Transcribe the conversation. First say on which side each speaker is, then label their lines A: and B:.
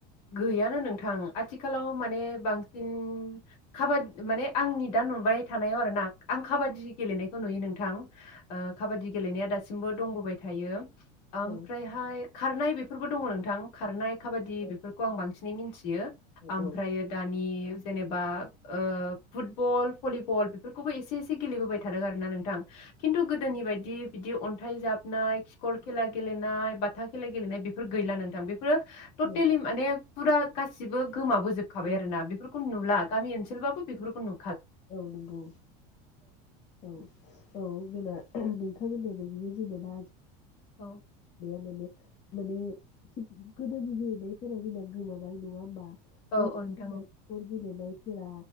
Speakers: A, on the left; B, on the left.
A: गैयानो नोंथां आथिखालाव माने बांसिन काबादि माने आंनि दा नुबाय थानायाव आरो ना आं काबादि गेलेनायखौ नुयो नुदों गोथां ओ काबादि गेलेनाया दासिमबो दंबोबाय थायो ओमफ्रायहाय
B: औ
A: खारनाय बे फोरफोरबो दङ नोंथां खारनाय खाबादि बेफोरखौ
B: औ
A: आं बांसिनै मोनथियो ओमफ्रायो
B: औ
A: दानि जेनेबा ओ फुटबल भलिबल बेफोरखौबो एसे एसे गेलेबोबाय थादों आरोना नोंथां खिन्थु गोदोनि बायदि बिदि अन्थाइ जाबनाय खिखर खेला गेलेनाय बाथा खेला गेलेनाय बे बेफोर गैला नोंथां बेफोरो टटेलि
B: औ
A: माने फुरा गासिबो गोमा बोजोबखाबाय
B: औ
A: आरो ना बेफोरखौ नुला गामि ओनसो <unintelligible> बेफोरखौनो
B: औ नंगौ औ औ बिना नोंथां होननाय बादिनो जेनेबा
A: औ
B: <unintelligible> माने गोदोनि गेलेनायफोरा जोंना गोमाबाय नङा होमबा
A: औ
B: <unintelligible>
A: औ नोंथां औ
B: गेलेनायफोरा